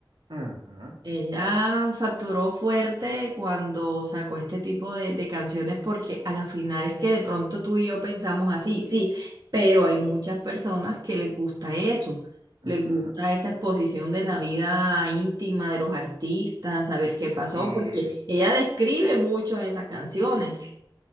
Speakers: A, on the right (about 80°); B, on the right (about 55°).
A: ujú,
B: Ella facturó fuerte cuando sacó este tipo de, de canciones porque a la final es que de pronto tú y yo pensamos así, sí, pero hay muchas personas que les gusta eso, les
A: ujú,
B: gusta esa exposición de la vida íntima de los artistas, saber qué pasó,
A: Y
B: porque ella describe mucho esas canciones,